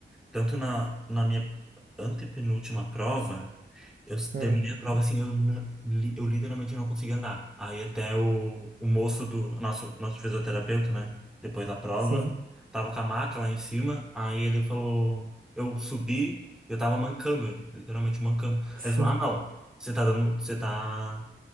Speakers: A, in the centre; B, on the right.
A: tanto na, na minha antepenúltima prova. Eu
B: Hum,
A: terminei a prova assim, eu, não- li- eu literalmente não conseguia andar. Aí até o, o moço do nosso, nosso fisioterapeuta, né? Depois da prova,
B: Sim,
A: tava com a maca lá em cima. Aí ele falou, eu subi, eu tava mancando, literalmente mancando.
B: sim,
A: Aí ele falou, ah, não, você tá dando, você tá